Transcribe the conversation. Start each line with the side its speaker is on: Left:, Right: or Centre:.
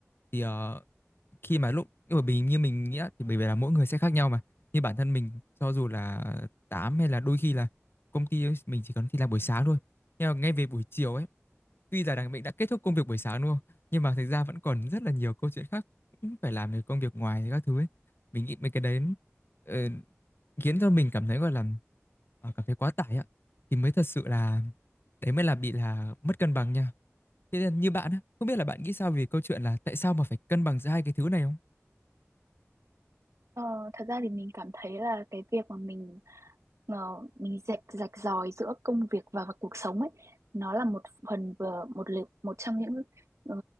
Left: Thì ờ, khi mà lúc bởi vì như mình nghĩ á, thì bởi vì là mỗi người sẽ khác nhau mà như bản thân mình cho dù là 8 hay là đôi khi là công ty ấy, mình chỉ cần đi làm buổi sáng thôi nhưng mà ngay về buổi chiều ấy tuy là đằng mình đã kết thúc công việc buổi sáng đúng không nhưng mà thực ra vẫn còn rất là nhiều câu chuyện khác cũng phải làm về công việc ngoài các thứ ấy mình nghĩ mấy cái đấy ờ, khiến cho mình cảm thấy gọi là ờ, cảm thấy quá tải ạ thì mới thật sự là đấy mới là bị là mất cân bằng nha thế nên như bạn á không biết là bạn nghĩ sao về câu chuyện là tại sao mà phải cân bằng giữa hai cái thứ này không
Right: Ờ, thật ra thì mình cảm thấy là cái việc mà mình ờ, mình rạch rạch ròi giữa công việc và, và cuộc sống ấy nó là một phần vừa một lực một trong những ờ,